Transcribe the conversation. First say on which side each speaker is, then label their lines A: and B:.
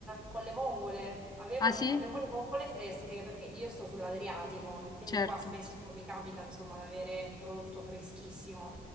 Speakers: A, in the centre; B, on the left.
A: con le vongole. Avevo
B: Ah
A: le,
B: sì?
A: avevo le vongole fresche perché io sto sull'Adriatico e quindi
B: Certo.
A: qua spesso mi capita, insomma, di avere prodotto freschissimo.